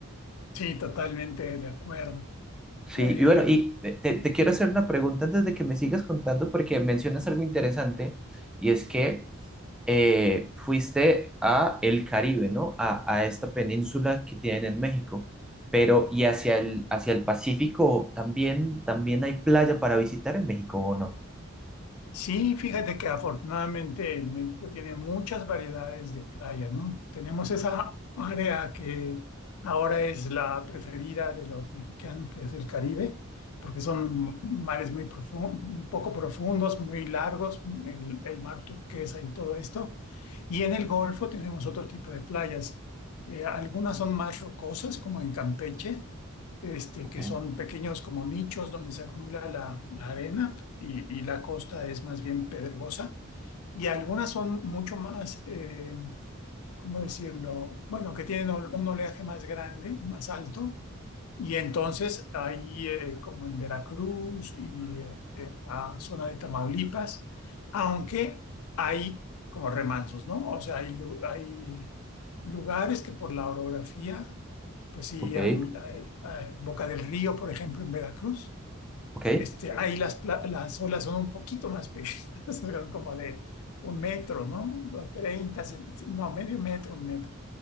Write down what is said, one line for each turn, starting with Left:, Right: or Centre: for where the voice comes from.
Left: Sí, totalmente de acuerdo.
Centre: Sí,
Left: Eh,
Centre: y bueno, y te, te quiero hacer una pregunta antes de que me sigas contando, porque mencionas algo interesante, y es que eh, fuiste a el Caribe, ¿no? A, a esta península que tienen en México, pero ¿y hacia el, hacia el Pacífico también, también hay playa para visitar en México o no?
Left: sí, fíjate que afortunadamente México tiene muchas variedades de playa, ¿no? Tenemos esa área que ahora es la preferida de los mexicanos, que es el Caribe, porque son mares muy profundos, poco profundos, muy largos, el, el mar turquesa y todo esto. Y en el Golfo tenemos otro tipo de playas. Eh, algunas son más rocosas, como en Campeche, este,
Centre: Ok,
Left: que son pequeños como nichos donde se acumula la, la arena y, y la costa es más bien pedregosa. Y algunas son mucho más, eh, ¿cómo decirlo? Bueno, que tienen ol- un oleaje más grande, más alto, y entonces ahí, eh, como en Veracruz y eh, en la zona de Tamaulipas, aunque hay como remansos, ¿no? O sea, hay, lu- hay lugares que por la orografía, pues sí,
Centre: ok.
Left: hay, hay- hay- Boca del Río, por ejemplo, en Veracruz
Centre: ¿Ok?
Left: este, ahí las, pla- las olas son un poquito más pequeñas, <laughs> son como de un metro, ¿no? O 30, cen- no, medio metro, un metro.